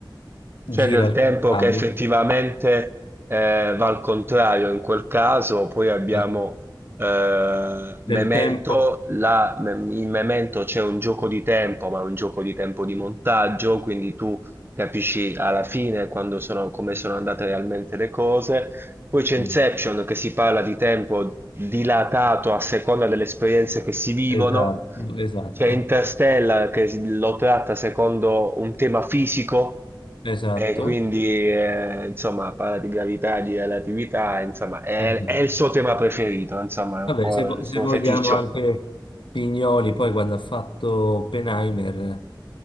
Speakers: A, on the left; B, on the right.
A: gira
B: C'è del
A: al
B: tempo
A: contrario,
B: che effettivamente eh, va al contrario in quel caso, poi abbiamo
A: eh,
B: eh, Memento,
A: del tempo.
B: la- mem- in Memento c'è un gioco di tempo, ma un gioco di tempo di montaggio, quindi tu capisci alla fine quando sono, come sono andate realmente le cose. Poi c'è Inception
A: Mm,
B: che si parla di tempo dilatato a seconda delle esperienze che si vivono,
A: Esatto, esatto,
B: c'è Interstellar che si- lo tratta secondo un tema fisico
A: esatto,
B: e quindi eh, insomma parla di gravità, di relatività, insomma è,
A: esatto.
B: è il suo tema preferito, insomma è
A: Vabbè,
B: un po'
A: se, vo-
B: il
A: se
B: suo
A: vogliamo
B: feticcio.
A: anche Pignoli, poi quando ha fatto Oppenheimer,